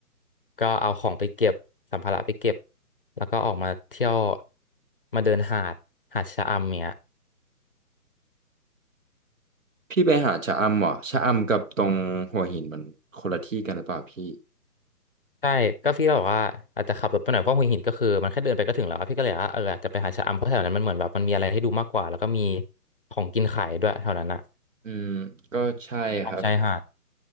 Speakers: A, on the left; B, on the right.
A: ก็เอาของไปเก็บสัมภาระไปเก็บแล้วก็ออกมาเที่ยวมาเดินหาดหาดชะอำเนี่ย
B: พี่ไปหาชะอำเหรอชะอำกับตรงหัวหินมันคนละที่กันหรือเปล่าพี่
A: ใช่ก็พี่ก็บอบว่าอาจจะขับรถไปหน่อยเพราะหัวหินก็คือมันแค่เดินไปก็ถึงแล้วอะพี่ก็เลยว่าเอออาจจะไปหาชะอำเพราะแถวนั้นมันเหมือนแบบมันมีอะไรให้ดูมากกว่าแล้วก็มีของกินขายด้วยแถวนั้นอะ
B: อืมก็ใช่ครับ
A: ตามชายหาด